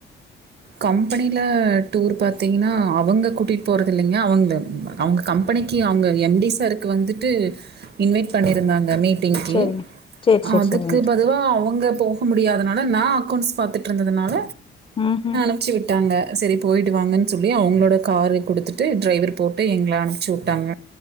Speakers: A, on the right; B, on the left.
A: கம்பெனியில டூர் பாத்தீங்கன்னா அவங்க கூட்டிட்டு போறத இல்லைங்க அவங்க அவங்க கம்பெனிக்கு அவங்க எம்டி சாருக்கு வந்துட்டு இன்வைட் பண்ணியிருந்தாங்க மீட் மீட்டிங்கு
B: சேரிங்க சேரி சேரி
A: அதுக்கு
B: சேரிங்க
A: பதுவா அவங்க போக முடியாதனால நா அக்கௌண்ட்ஸ் பாத்துட்டு ட்ருந்ததுனால
B: உம் உம்
A: அனுப்பிச்சி விட்டாங்க செரி போயிட்டு வாங்கன்னு சொல்லி அவங்களோட காரு கொடுத்துட்டு டிரைவர் போட்டு எங்கள அனுப்பிச்சி விட்டாங்க